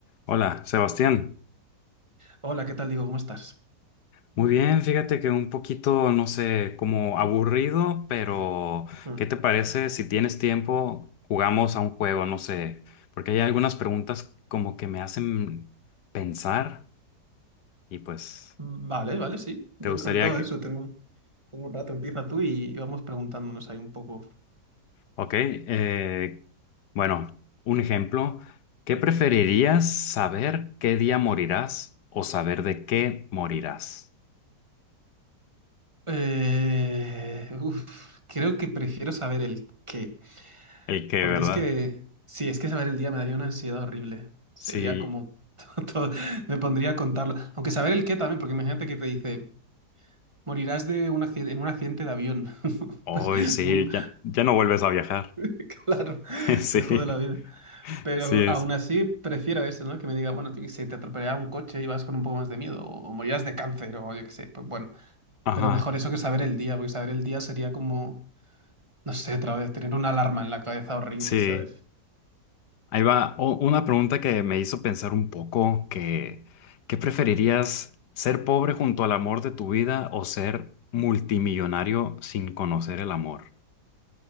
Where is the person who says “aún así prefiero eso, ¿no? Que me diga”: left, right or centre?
Right